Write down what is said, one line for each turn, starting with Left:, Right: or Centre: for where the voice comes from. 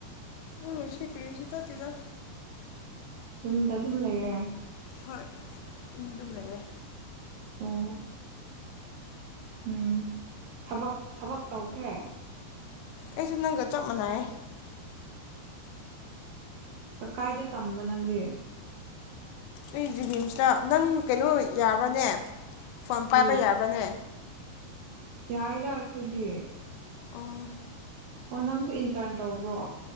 Left: ꯍꯣꯏꯂ ꯁꯤ ꯀꯔꯤꯁꯨ ꯆꯠꯇꯦꯗ
Right: ꯌꯨꯝꯗ ꯑꯗꯨꯝ ꯂꯩꯔꯦ
Left: ꯍꯣꯏ ꯇꯨꯝ ꯗꯨꯝ ꯂꯩꯔꯦ
Right: ꯑꯣ ꯎꯝ ꯊꯕꯛ ꯊꯕꯛ ꯇꯧꯈ꯭ꯔꯦ
Left: ꯑꯩꯁꯨ ꯅꯪꯒ ꯆꯞ ꯃꯅꯥꯏꯌꯦ
Right: ꯀ ꯀꯥꯏꯗ ꯇꯝꯕ ꯅꯪꯗꯦ
Left: ꯑꯩ ꯖꯦꯅꯤꯝꯁꯇ ꯅꯪ ꯀꯩꯅꯣ ꯌꯥꯕ꯭ꯔꯅꯦ ꯐꯣꯟ
Right: ꯀꯔꯤ
Left: ꯄꯥꯏꯕ ꯌꯥꯕ꯭ꯔꯅꯦ
Right: ꯌꯥꯏꯌꯦꯗ ꯑꯩꯈꯣꯏꯗꯤ
Left: ꯑꯣ
Right: ꯑꯣ ꯅꯪꯁꯨ ꯏꯟꯇꯔꯟ ꯇꯧꯕ꯭ꯔꯣ